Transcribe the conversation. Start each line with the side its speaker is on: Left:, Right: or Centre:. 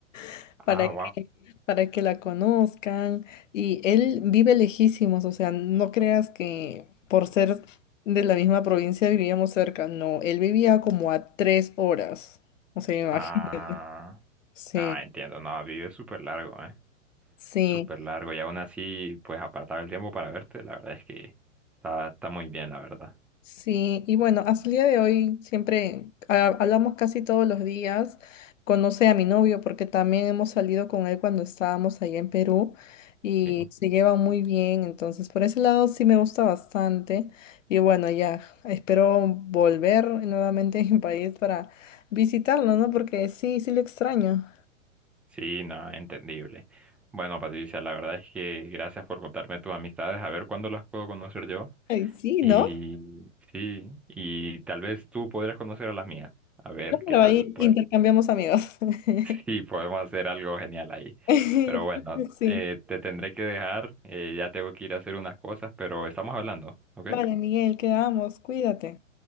Left: <laughs>
Centre: Ah,
Left: para que, para que la conozcan. Y él vive lejísimos, o sea, no creas que por ser de la misma provincia vivíamos cerca. No, él vivía como a tres horas. O sea, imagínate.
Centre: Ah,
Left: Sí,
Centre: ah, entiendo, no, vive súper largo, ¿eh?
Left: sí.
Centre: Súper largo, y aún así, pues apartar el tiempo para verte, la verdad es que está, está muy bien, la verdad.
Left: Sí, y bueno, hasta el día de hoy siempre ah, hablamos casi todos los días. Conoce a mi novio porque también hemos salido con él cuando estábamos allá en Perú y
Centre: Sí,
Left: se lleva muy bien. Entonces, por ese lado sí me gusta bastante. Y bueno, ya espero volver nuevamente a mi país para visitarlo, ¿no? Porque sí, sí lo extraño.
Centre: sí, nada, entendible. Bueno, Patricia, la verdad es que gracias por contarme tus amistades, a ver cuándo las puedo conocer yo.
Left: Ay, sí,
Centre: Y
Left: ¿no?
Centre: sí, y tal vez tú podrías conocer a las mías, a ver
Left: No,
Centre: qué
Left: pero
Centre: tal,
Left: ahí
Centre: pues
Left: intercambiamos amigos. <laughs>
Centre: Sí, podemos hacer algo genial ahí.
Left: Yo
Centre: Pero bueno,
Left: creo que Sí.
Centre: eh, te tendré que dejar. eh, ya tengo que ir a hacer unas cosas, pero estamos hablando, ¿ok?
Left: Vale, Miguel, quedamos. Cuídate.